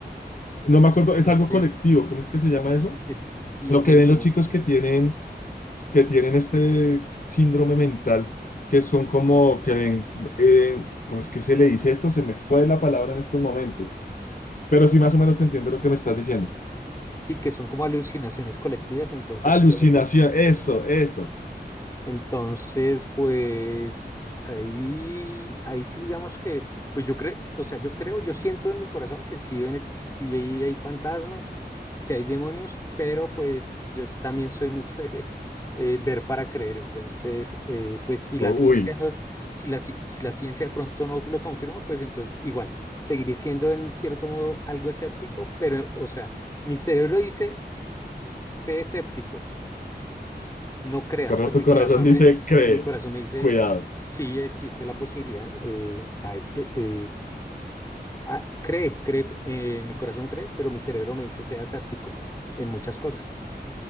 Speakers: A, on the left; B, on the left.
A: No me acuerdo,
B: Entonces,
A: es algo colectivo, ¿cómo es que se llama eso?
B: es, sí,
A: Lo
B: exacto.
A: que ven los
B: ¿no?
A: chicos que tienen que tienen este síndrome mental, que son como que ven, eh, ¿cómo es que se le dice esto? Se me fue la palabra en estos momentos, pero sí más o menos te entiendo lo que me estás diciendo.
B: Sí, que son como alucinaciones colectivas, entonces
A: Alucinación,
B: puede,
A: eso, eso.
B: Entonces, pues ahí, ahí sí digamos que, pues yo creo, o sea, yo creo, yo siento en mi corazón que sí, deben exi- sí hay, hay fantasmas, que hay demonios, pero pues yo s- también soy mucho de eh, ver para creer. Entonces, eh, pues si la
A: O,
B: ciencia
A: uy,
B: no, si la, ci- si la ciencia de pronto no lo confirma, pues entonces igual, seguiré siendo en cierto modo algo escéptico, pero, o sea, mi cerebro dice, sé escéptico no creas,
A: pero
B: pero
A: tu
B: mi
A: corazón
B: corazón
A: dice,
B: me,
A: cree,
B: mi corazón me dice,
A: cuidado.
B: sí existe la posibilidad. eh, hay- eh, eh, ah, cree, cree, eh, mi corazón cree, pero mi cerebro me dice, sea escéptico en muchas cosas.